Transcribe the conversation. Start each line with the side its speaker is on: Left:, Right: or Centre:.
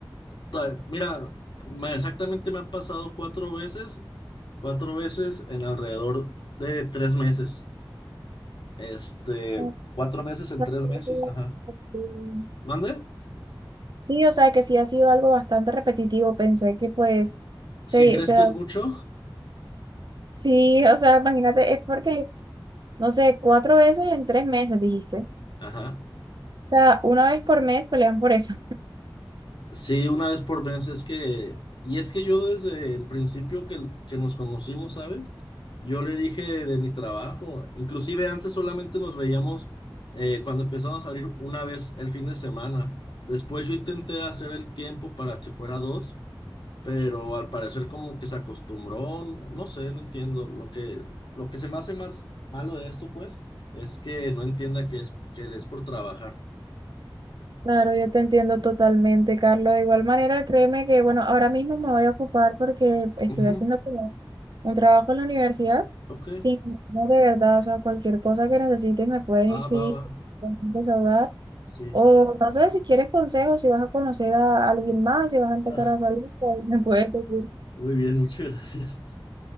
Left: Ta- Mira, me- exactamente me ha pasado cuatro veces, cuatro veces en alrededor de tres meses. Este,
Right: O
Left: cuatro meses en
Right: sea,
Left: tres
Right: creo
Left: meses, ajá.
Right: que- que-
Left: ¿Mande?
Right: Sí, o sea que sí ha sido algo bastante repetitivo. Pensé que pues se,
Left: Si crees
Right: se
Left: que
Right: da.
Left: es mucho,
Right: Sí, o sea, imagínate, es porque, no sé, cuatro veces en tres meses, dijiste.
Left: ajá.
Right: O sea, una vez por mes pelean por eso.
Left: Sí, una vez por mes es que, y es que yo desde el principio que, que nos conocimos, ¿sabes? Yo le dije de mi trabajo, inclusive antes solamente nos veíamos eh, cuando empezamos a salir una vez el fin de semana. Después yo intenté hacer el tiempo para que fuera dos, pero al parecer como que se acostumbró, no, no sé, no entiendo. Lo que, lo que se me hace más malo de esto, pues, es que no entienda que es, que es por trabajar.
Right: Claro, yo te entiendo totalmente, Carlos. De igual manera, créeme que, bueno, ahora mismo me voy a ocupar porque estoy
Left: Ujú,
Right: haciendo como un trabajo en la universidad.
Left: ok,
Right: Sin embargo, de verdad, o sea, cualquier cosa que necesites me puedes
Left: ah,
Right: escribir,
Left: va, va,
Right: puedes desahogar.
Left: sí.
Right: O no sé si quieres consejos, si vas a conocer a alguien más, si vas a empezar
Left: <laughs>
Right: a salir,
Left: Ah,
Right: pues, me puedes decir.
Left: muy bien, muchas gracias.